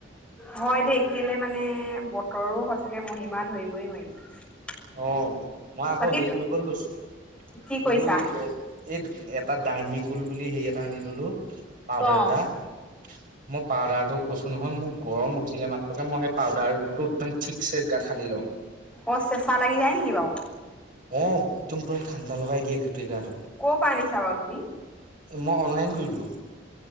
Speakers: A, in the centre; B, on the right.
A: হয় দেই কেলে মানে বতৰো সঁচাকে মহিমা ধৰিবই নোৱাৰি।
B: অ মই আকৌ
A: বাকী
B: হেৰি কৰিবলৈ লৈছো।
A: কি কৰিছা?
B: এইবোৰ এই এটা দাৰ্মিকুল বুলি হেৰি আছে। এটা আনি ললো পাউদাৰ
A: অ'।
B: এটা- মই পাউদাৰ টো কৈছো নহয় মোৰ গৰম উঠিলে মাত্ৰকে মই সেই পাউদাৰ, ঘ টো একদম ঠিকছে গাতত সানি লওঁ
A: অ চেচা লাগি যায় নেকি বাওঁ
B: অ একদম পুৰা ঠাণ্ডা লগাই দিয়ে। গোটেই গাটো
A: ক' পা আনিছা বাৰু তুমি?
B: মই অনলাইন কৰিলোঁ